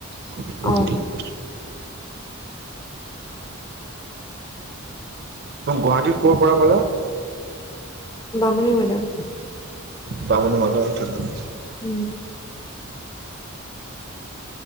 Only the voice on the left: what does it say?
অ
বামুণী মৈদাম।
উম